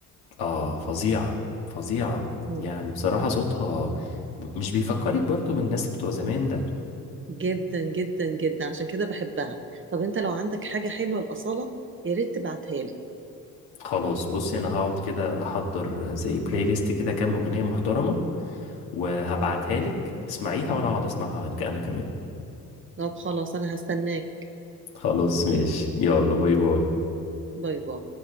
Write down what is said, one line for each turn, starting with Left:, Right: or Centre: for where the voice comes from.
Left: اه فظيعة فظيعة
Right: مم.
Left: يعني بصراحة صوتها مش بيفكرك برضو بالناس بتوع زمان ده
Right: جدا جدا جدا عشان كده بحبها طب انت لو عندك حاجة حلوة لأصالة يا ريت تبعتها لي
Left: خلاص بصي انا هقعد كده احضر زي بلاي ليست كده كام اغنية محترمة وهبعتها لك اسمعيها وانا هقعد اسمعها انا كمان
Right: طب خلاص انا هستناك
Left: خلاص ماشي يلا باي باي
Right: باي باي